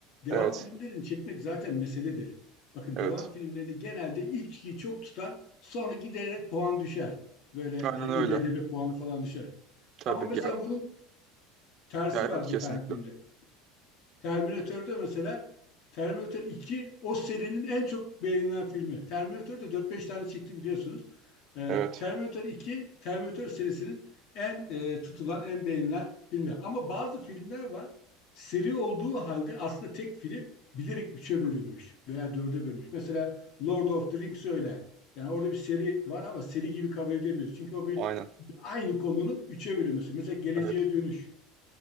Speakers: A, on the left (about 60°); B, on the right (about 50°).
A: Devam
B: Evet,
A: filmlerini çekmek zaten meseledir. Bakın
B: evet.
A: devam filmlerinde genelde ilkiyi çok tutan sonra giderek puan düşer. Böyle
B: Aynen
A: e,
B: öyle.
A: IMDb puanı falan düşer.
B: Tabii.
A: Ama mesela
B: Ya,
A: bunun Tersi
B: ya evet
A: var
B: kesinlikle.
A: bir tane filmde. Terminator'da mesela Terminator iki o serinin en çok beğenilen filmi. Terminator'da dört beş tane çekti biliyorsunuz. Ee,
B: Evet.
A: Terminator iki Terminator serisinin en e, tutulan, en beğenilen filmi. Ama bazı filmler var. Seri olduğu halde aslında tek film bilerek üç'e bölünmüş veya dörde bölünmüş. Mesela Lord of the Rings öyle. Yani orada bir seri var ama seri gibi kabul edemiyoruz. Çünkü o bir
B: Aynen.
A: aynı konunun üç'e bölünmesi. Mesela Geleceğe
B: Evet.
A: Dönüş.